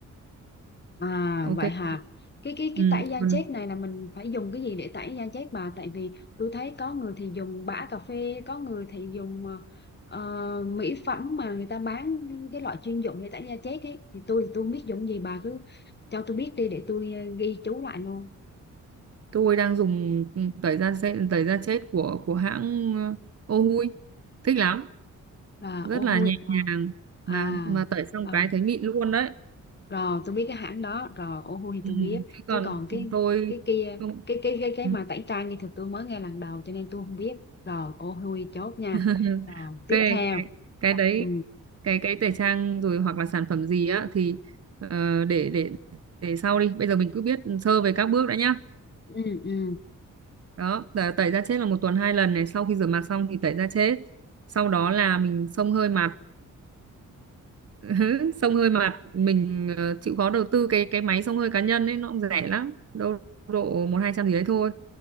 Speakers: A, on the left; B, on the right.
A: À
B: ok
A: vậy hả? Cái cái cái
B: ừ,
A: tẩy da
B: tuần
A: chết này là mình phải dùng cái gì để tẩy da chết bà? Tại vì tôi thấy có người thì dùng bã cà phê, có người thì dùng ờ, ờ, mỹ phẩm mà người ta bán cái loại chuyên dụng để tẩy da chết ấy. Thì tôi thì tôi không biết dùng gì bà cứ cho tôi biết đi để tôi ờ, ghi chú lại luôn.
B: tôi đang dùng ừ, tẩy da chết, tẩy da chết của của hãng ờ, Ohui thích lắm
A: Là
B: rất
A: ô
B: là
A: hôi.
B: nhẹ nhàng
A: À,
B: mà mà tẩy xong
A: à
B: cái thấy mịn luôn đấy
A: rồi tôi biết cái hãng đó rồi ô hu thì
B: ừ.
A: tôi biết
B: Thế
A: chứ
B: còn
A: còn cái
B: tôi
A: cái kia
B: không
A: cái cái cái cái
B: <laughs>
A: mà tẩy trang thì thực tôi mới nghe lần đầu cho nên tôi không biết rồi ô hu chốt nha
B: ok
A: rồi tiếp
B: cái,
A: theo
B: cái đấy
A: ừ
B: cái cái tẩy trang rồi hoặc là sản phẩm gì á thì ờ, để để để sau đi bây giờ mình cứ biết sơ về các bước đã nhá
A: ừ ừ
B: đó tẩy tẩy da chết là một tuần hai lần này sau khi rửa mặt xong thì tẩy da chết sau đó là mình xông hơi mặt Ừ, xông hơi mà mình ờ, chịu khó đầu tư cái cái máy xông hơi cá nhân ấy nó cũng rẻ lắm đâu độ một hai trăm gì đấy thôi